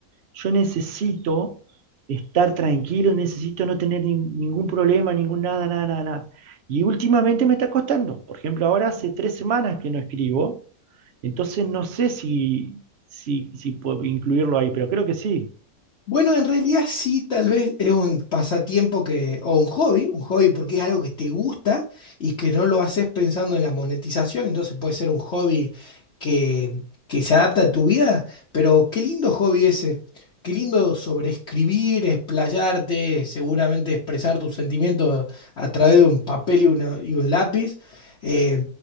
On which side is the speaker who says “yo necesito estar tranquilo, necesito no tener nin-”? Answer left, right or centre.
Right